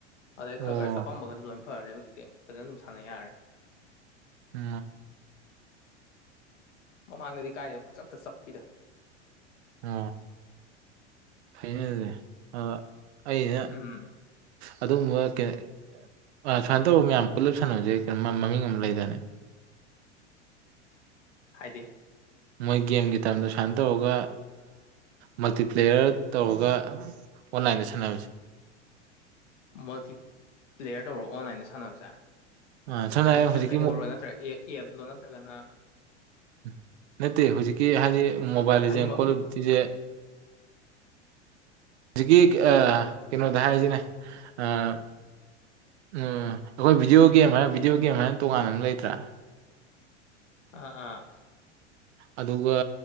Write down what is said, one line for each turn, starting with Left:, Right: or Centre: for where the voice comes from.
Left: ꯑꯗꯩ
Right: ꯑꯣ
Left: ꯈꯔ ꯈꯔ ꯆꯄꯝꯃꯒꯗꯤ ꯂꯣꯏꯅ ꯐꯔꯦ ꯍꯧꯖꯤꯛꯇꯤ ꯐꯖꯅ ꯑꯗꯨꯝ ꯁꯥꯟꯅ ꯌꯥꯔꯦ
Right: ꯎ
Left: ꯃꯃꯥꯡꯗꯗꯤ ꯀꯥꯏꯗꯦ ꯑꯃ ꯄꯨꯛ ꯆꯞꯇ ꯆꯞꯄꯤꯗ
Right: ꯑ ꯐꯅꯦꯁꯦ ꯑ ꯑꯩꯅ
Left: ꯎꯝ
Right: ꯑꯗꯨꯒꯨꯝꯕ ꯁꯨꯃꯥꯏꯅ ꯇꯧꯕ ꯃꯌꯥꯝ ꯄꯨꯂꯞ ꯁꯥꯟꯅꯕꯁꯦ ꯀꯩꯅꯣ ꯃꯃꯤꯡ ꯑꯃ ꯂꯩꯗꯅꯤ
Left: ꯍꯥꯏꯗꯤ
Right: ꯑ ꯃꯣꯏ ꯒꯦꯝꯒꯤ ꯇꯝꯗ ꯁꯨꯃꯥꯏꯅ ꯇꯧꯔꯒ ꯃꯜꯇꯤꯄ꯭ꯂꯦꯌꯔ ꯇꯧꯔꯒ ꯑꯣ ꯂꯥꯏꯟ ꯁꯅ ꯍꯧꯁꯤ
Left: ꯃꯜꯇꯤ ꯄ꯭ꯂꯦꯌꯔ ꯇꯧꯔꯣ ꯑꯣꯟꯂꯥꯏꯟꯗ ꯁꯥꯟꯅꯕꯁꯦ
Right: ꯑꯥ ꯁꯝꯅ
Left: ꯍꯥꯏꯗꯤ
Right: ꯍꯥꯏꯔꯕꯗ ꯍꯧꯖꯤꯛꯀꯤ
Left: ꯀꯩꯅꯣꯔꯣ ꯅꯠꯇ꯭ꯔꯒ ꯑꯦ ꯑꯦꯞꯂꯣ ꯅꯠꯇ꯭ꯔꯒꯅ
Right: ꯎꯝ ꯅꯠꯇꯦ ꯍꯧꯖꯤꯛꯀꯤ ꯍꯥꯏꯗꯤ ꯃꯣꯕꯥꯏꯜꯁꯦ
Left: ꯍꯥꯏꯗꯤ ꯃꯝ
Right: ꯀꯣꯇꯁꯦ <inaudible> ꯍꯧꯖꯤꯛꯀꯤ ꯀꯩꯅꯣꯗ ꯍꯥꯏꯁꯤꯅꯦ ꯎꯝ ꯑꯩꯈꯣꯏ ꯚꯤꯗꯤꯑꯣ ꯒꯦꯝ ꯍꯥꯏꯅ ꯚꯤꯗꯤꯑꯣ ꯒꯦꯝ ꯍꯥꯏꯅ ꯇꯣꯉꯥꯟꯅ ꯑꯃ ꯂꯩꯇ꯭ꯔꯥ
Left: ꯑꯥ ꯑꯥ
Right: ꯑꯗꯨꯒ